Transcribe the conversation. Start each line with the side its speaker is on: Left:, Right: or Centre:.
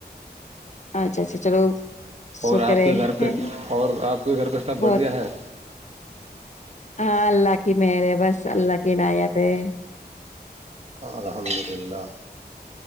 Left: اچھا اچھا چلو شکر
Right: اور آپ
Left: ہے
Right: کے گھر پہ اور آپ کے گھر پہ سب بڑھیا
Left: بہت
Right: ہے
Left: ہاں اللہ کی مہر ہے بس اللہ کیناایت ہے
Right: الحمد للہ